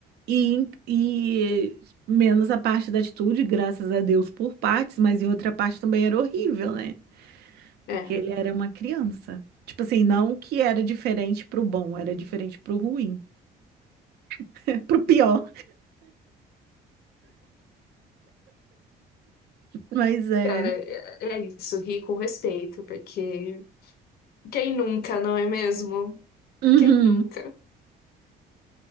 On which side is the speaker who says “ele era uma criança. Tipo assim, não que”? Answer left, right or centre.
Right